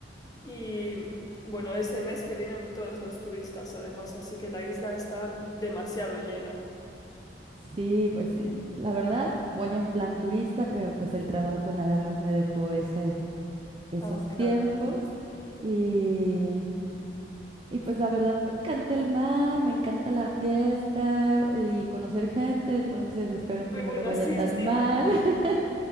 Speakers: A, on the left; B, on the right.
A: Y bueno, ese mes que vienen todos los turistas, además, así que la isla está demasiado llena.
B: Sí, pues sí, la verdad voy en plan turista, pero pues el trabajo nada más me dejó ese, esos
A: Ah, claro.
B: tiempos y, y pues la verdad me encanta el mar, me encanta la fiesta y conocer gente, entonces espero que
A: Muy
B: no
A: bueno,
B: me vaya
A: sí,
B: tan
A: sí.
B: mal. <laughs>